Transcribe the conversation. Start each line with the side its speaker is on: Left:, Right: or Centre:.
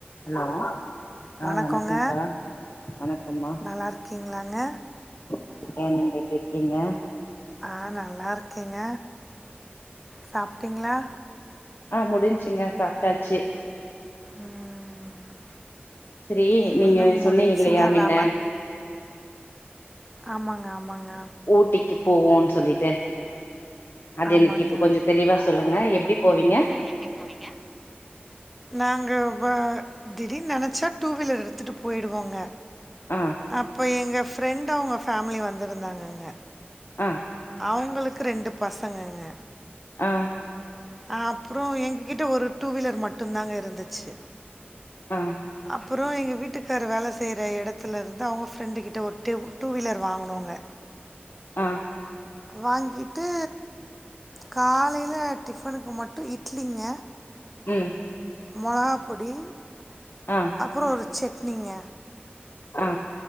Left: ஹலோ ஆ
Centre: வணக்கங்க
Left: வணக்கோப்பா வணக்கம்மா
Centre: நல்லா இருக்கீங்களாங்க
Left: நல்லா இருக்கே நீங்க எப்டி இருக்கீங்க
Centre: ஆ நல்லா இருக்கேங்க சாப்பிட்டீங்களா
Left: ஆ முடிஞ்சிங்க சாப்ட்டாச்சு
Centre: ம்
Left: செரி
Centre: எங்கள்து
Left: நீங்க சொன்னீங்க
Centre: முடிஞ்சுங்க
Left: இல்லையா மின்ன
Centre: வேமா ஆமாங்க ஆமாங்க
Left: ஊட்டிக்கு போவோன் சொல்லிட்டு அது
Centre: ஆமாங்க
Left: எனக்கு இப்போ கொஞ்சோ தெளிவா சொல்லுங்க எப்டி போவீங்க
Centre: ங்க எப்டி போவீங்க நாங்க வ திடீர்ன் நெனச்சா டூவீலர் எடுத்துட்டு போய்டுவோங்க
Left: ஆ
Centre: அப்போ எங்க ஃபிரெண்டு அவ்ங்க ஃபேமிலி வந்திருந்தாங்கங்க
Left: அ
Centre: அவ்ங்குளுக்கு ரெண்டு பசங்கங்க
Left: ஆ
Centre: அப்றோ எங்ககிட்ட ஒரு டூவீலர் மட்டுந்தாங்க இருந்துச்சு
Left: ஆ
Centre: அப்புறோ எங்க வீட்டுக்காரு வேல செய்ற எடத்துலருந்து அவ்ங்க ஃபிரெண்டு கிட்ட ஒரு டூ டூவீலர் வாங்குனோங்க
Left: ஆ
Centre: வாங்கிட்டு காலேல டிஃபனுக்கு மட்டு இட்லிங்க
Left: ம்
Centre: மொளகா பொடி
Left: ஆ
Centre: அப்புறோ ஒரு சட்னிங்க
Left: ஆ